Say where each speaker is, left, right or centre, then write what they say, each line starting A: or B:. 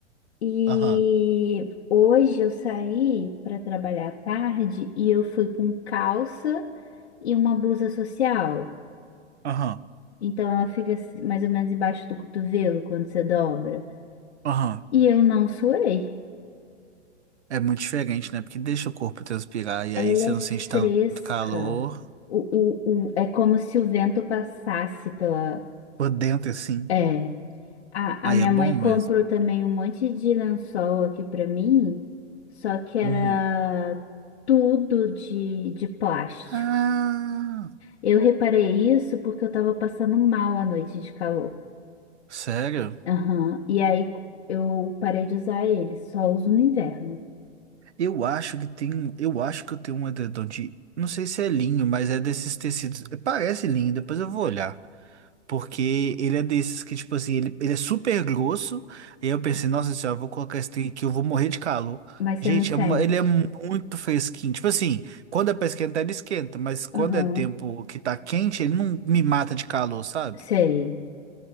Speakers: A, on the left; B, on the right.
A: e
B: aham,
A: hoje eu saí para trabalhar à tarde e eu fui com calça e uma blusa social.
B: aham,
A: Então ela fica assim, mais ou menos embaixo do cotovelo quando você dobra.
B: aham.
A: E eu não suei.
B: É muito diferente, né? Porque deixa o corpo transpirar e
A: Ela
B: aí você
A: é
B: não sente tanto
A: fresca.
B: calor
A: O, o, o- é como se o vento passasse pela.
B: por dentro, assim.
A: É. A,
B: Aí
A: a minha
B: é bom
A: mãe
B: mesmo.
A: comprou também um monte de lençol aqui pra mim, só que era
B: Uhum.
A: tudo de, de plástico.
B: Ah,
A: Eu reparei isso porque eu tava passando mal à noite de calor.
B: sério?
A: Aham. E aí eu parei de usar ele, só uso no inverno.
B: Eu acho que tem, eu acho que eu tenho um edredom de, não sei se é linho, mas é desses tecidos. Parece linho, depois eu vou olhar. Porque ele é desses que, tipo assim, ele, ele é super grosso. E aí eu pensei, nossa senhora, vou colocar esse trem aqui, eu vou morrer de calor.
A: Mas
B: Gente,
A: você não sente.
B: é uma- ele é muito fresquinho. Tipo assim, quando é pra esquentar, ele esquenta. Mas quando
A: Aham,
B: é tempo que tá quente, ele não me mata de calor, sabe?
A: sei.